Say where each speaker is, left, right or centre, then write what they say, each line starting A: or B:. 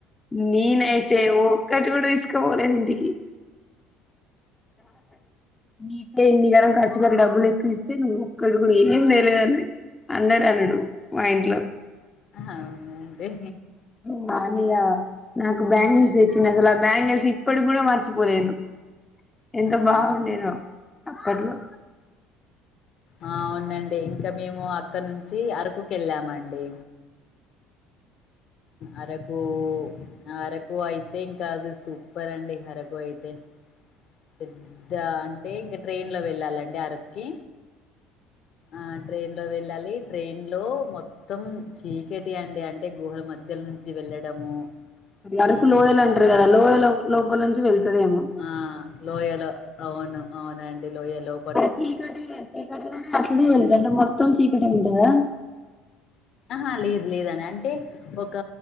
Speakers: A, on the left; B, on the left.
A: నేనైతే ఒక్కటి కూడా తీసుకోపోలేను ఇంటికి మీ ఎన్నిగనం ఖర్చులకు డబ్బులు ఎక్ నువ్వు ఒక్కడు కూడా ఏం తెలేదని అందరు అనుడు మా ఇంట్లో
B: అవునాండి
A: మా అనయ్య నాకు బ్యాంగిల్స్ తెచ్చిండు అసలు ఆ బ్యాంగిల్స్ ఇప్పడీకి కూడా మార్చిపోలేదు ఎంత
B: అవునా
A: బాగుండేనో అప్పట్లో
B: ఆ అవునండి ఇంకా మేము అక్కడ నుంచి అరకుకు వెళ్ళామండి అరకు అరకు అయితే ఇంకా అది సూపర్ అండి అరకు అయితే పెద్ద అంటే ఇంకా ట్రైన్లో వెళ్ళాలండి అరక్కి ఆ ట్రైన్లో వెళ్ళాలి ట్రైన్లో మొత్తం మొత్తం చీకటి అండి అంటే గుహల మధ్యలో నుంచి వెళ్ళడము చీకటి
A: అరకు లోయలంటారు
B: చాలా
A: కదా
B: అసలు
A: లోయల్ లోపల నుంచి వెళ్తదేమో
B: ఆ లోయలో అవును అవునండి లోయలో
A: చీకటి చీకట్లనే అట్లనే మొత్తం చీకటి ఉంటదా
B: ఆహా లేదు లేదని అంటే ఒక